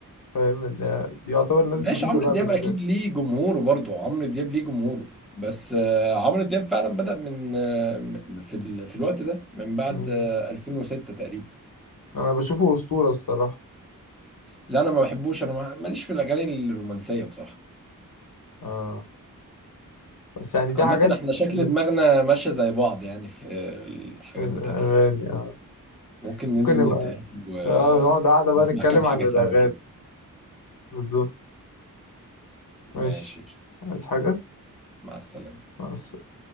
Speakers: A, on the left (about 85°); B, in the centre.
A: فاهم اللي هي دي يعتبر ناس
B: ماشي
A: جديده
B: عمرو
A: بقى
B: دياب
A: بالنسبه
B: اكيد
A: لي
B: ليه جمهوره برضه عمرو دياب ليه جمهوره بس آه، عمرو دياب فعلا بدأ من آه، في ال- في الوقت ده من بعد
A: مم.
B: آه، 2006 تقريبا
A: انا بشوفه اسطوره الصراحه
B: لا انا ما بحبوش انا ما- ماليش في الاغاني الرومانسيه بصراحه
A: اه بس يعني دي
B: عامه
A: حاجات
B: احنا شكل
A: من
B: دماغنا ماشيه زي بعض يعني في الحاجات
A: في الاغاني
B: بتاعت الاغاني
A: آه.
B: ممكن ننزل
A: ممكن نبقى
B: نتقابل
A: اه نقعد قاعده بقى
B: ونسمع
A: نتكلم
B: كام حاجه
A: عن الاغاني
B: سوا كده
A: بالظبط ماشي
B: ماشي
A: عايز حاجه
B: مع السلامه
A: مع السلامة.